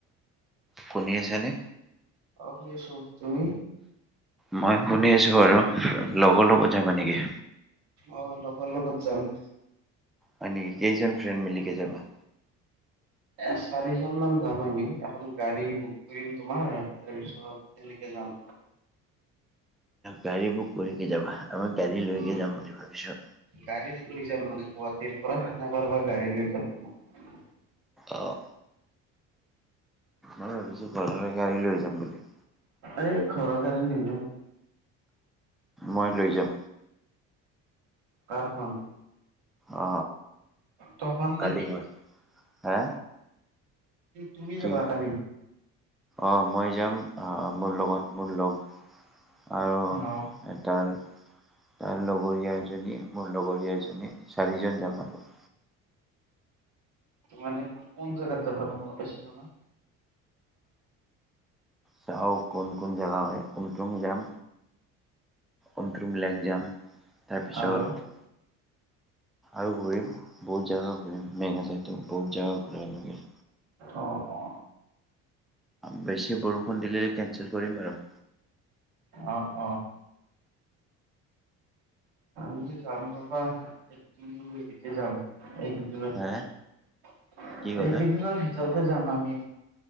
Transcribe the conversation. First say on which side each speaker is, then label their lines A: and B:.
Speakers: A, in the centre; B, on the right.
A: শুনি আছানে?
B: অ' শুনিছোঁ তুমি।
A: মই শুনি আছোঁ বাৰু। লগৰ লগত যাবা নেকি?
B: অ' লগৰ লগত যাম।
A: মানেকি কেইজন ফ্ৰেইনণ্ড মিলিকে যাবা।
B: এ চাৰিজন মান যাম আমি এখন গাড়ী বুক কৰিম তোমাৰ তাৰ পিছত। তেনেকে যাম।
A: গাড়ী বুক কৰিকে যাবা, আমাৰ গাড়ী লৈকে
B: উম,
A: যাম বুলি ভাবিছোঁ।
B: গাড়ী লৈ যাম, মানে গুৱাহাটীৰ পৰা খানা পাৰাৰ পৰা গাড়ী লৈ যাম তোমাৰ।
A: অ' মই ভাবিছোঁ ঘৰৰে গাড়ী লৈ যাম বুলি।
B: এই ঘৰৰ গাড়ী নিনিওঁ।
A: মই লৈ যাম।
B: কাৰখন।
A: অ
B: তহনত
A: কালি
B: নেকি।
A: ঘৰ হা
B: তুমি
A: কি
B: যাবা কালি
A: অ' মই যাম আ মোৰ লগত মোৰ লগ আৰু
B: অ,
A: তাৰ তাৰ লগৰীয়া এজনী মোৰ লগৰীয়া এজনী চাৰিজন যাম আৰু
B: মানে কোন জাগাত যাবা তোমালোকে শ্বিলংত।
A: চাওঁ কোন কোন জেগা হয়, কোন কোন যাম? অন্তৰুম লেক যাম। তাৰপিছত
B: আৰু
A: আৰু ঘূৰিম বহুত জোগা ঘূৰিম মেঘালয়তো বহুত জাগা ঘূৰা লৈকে
B: অ অ
A: বেছি বৰষুণ দিলে কেনচেল কৰিম আৰু।
B: অ'অ'। তুমি যাম তপা তুমি এবিতে যাম এই <unintelligible>
A: হে কি ক'লা
B: এইকেইদিনৰ ভিতৰতে যাম আমি।